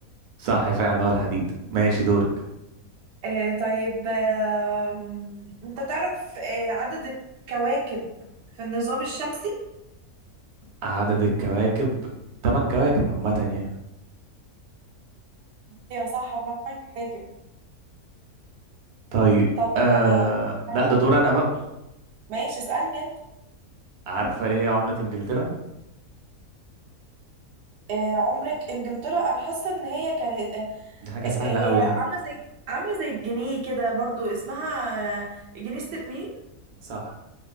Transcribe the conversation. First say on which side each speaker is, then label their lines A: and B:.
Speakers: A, on the right; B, on the right.
A: صح فعلا هو الحديد ماشي دورك
B: آه طيب آم، انت تعرف آه عدد الكواكب في النظام الشمسي؟
A: عدد الكواكب تمن كواكب عامة يعني
B: ايوه صح هما تمن كواكب
A: طيب
B: طب
A: آه
B: أنا-
A: لا ده دور انا بقى
B: ماشي اسألني انت
A: عارفة ايه عملة انجلترا
B: آه عمرك انجلترا انا حاسة ان هي كانت آه
A: دي حاجة سهلة
B: آه، هي
A: قوي
B: عاملة
A: يعني
B: زي عاملة زي الجنيه كده برضو اسمها آه، جنيه استرليني
A: صح